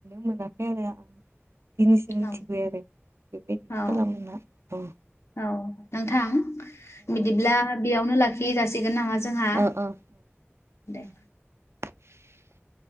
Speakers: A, on the right; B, on the left.
A: मोनाखै आरो आ दिनैसो मिथिबाय
B: औ
A: आरो बेबायदि
B: औ
A: खालामो होनना अ
B: औ नोंथां बिदिब्ला बेयावनो लाखि जासिगोन नामा जोंहा
A: औ औ
B: दे
A: <inaudible>